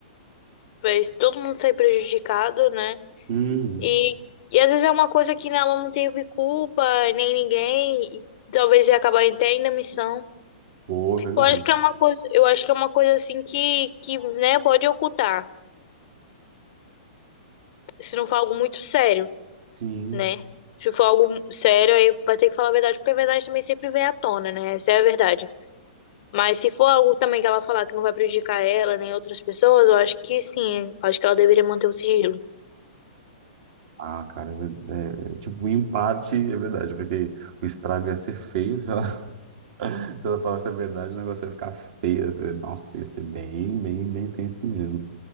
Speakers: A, on the left (about 50°); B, on the right (about 55°).
A: vai todo mundo sair prejudicado, né?
B: Hum,
A: E, e às vezes é uma coisa que né, ela não teve culpa, nem ninguém, e talvez ia acabar até indo à missão.
B: boa, verdade.
A: Eu acho que é uma coisa, eu acho que é uma coisa assim que, que, né, pode ocultar, se não for algo muito sério,
B: Sim.
A: né? Se for algo sério, aí vai ter que falar a verdade, porque a verdade também sempre vem à tona, né? Essa é a verdade. Mas se for algo também que ela falar que não vai prejudicar ela nem outras pessoas, eu acho que sim, eu acho que ela deveria manter o sigilo.
B: Ah, cara, é, ver- é, tipo, em parte é verdade, porque o estrago ia ser feio, <laughs> Se eu falasse a verdade, o negócio ia ficar feio. ia ser- Nossa, ia ser bem, bem, bem tenso mesmo.